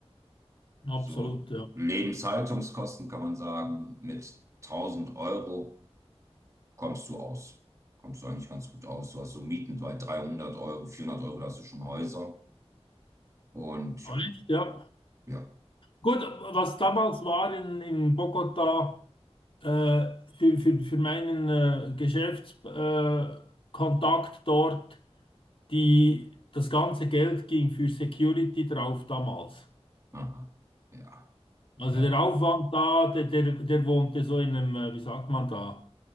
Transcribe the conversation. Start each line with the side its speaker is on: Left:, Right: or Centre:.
Left: Absolut,
Right: So
Left: ja.
Right: Lebenshaltungskosten kann man sagen, mit tausend Euro kommst du aus. Kommst du eigentlich ganz gut aus. Du hast so Mieten bei 300 Euro, 400 Euro, da hast du schon Häuser. Und
Left: Echt?
Right: ja,
Left: Ja.
Right: ja,
Left: Gut, was damals war in, in Bogota äh, für, für, für meinen äh, Geschäftskontakt äh, Kontakt dort, die, das ganze Geld ging für Security drauf damals.
Right: aha, ja,
Left: Also
Right: ja,
Left: der
Right: ja,
Left: Aufwand da, der, der, der wohnte so in einem, äh, wie sagt man da,